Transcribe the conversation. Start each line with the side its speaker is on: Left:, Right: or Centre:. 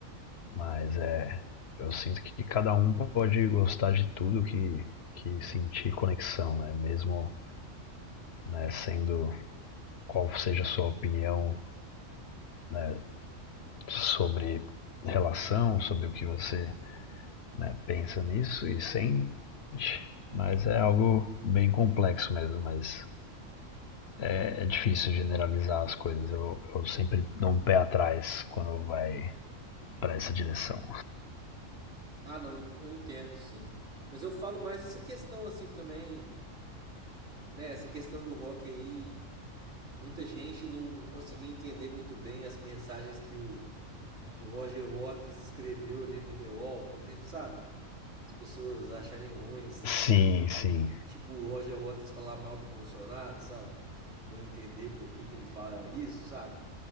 Left: mas é eu sinto que cada um pode gostar de tudo que, que sentir conexão, né? Mesmo né, sendo qual seja a sua opinião né, sobre relação, sobre o que você né, pensa nisso e sente, mas é algo bem complexo mesmo, mas É, é difícil generalizar as coisas. Eu, eu sempre dou um pé atrás quando vai para essa direção.
Right: Ah, não, eu entendo, sim. Mas eu falo mais essa questão assim também, né? Essa questão do rock aí, muita gente não conseguia entender muito bem as mensagens que o, o Roger Waters escreveu ali no The Wall, por exemplo, sabe? As pessoas acharem ruim assim,
Left: Sim, sim.
Right: tipo o Roger Waters falar mal do Bolsonaro, sabe? Não entender por que que ele fala isso, sabe?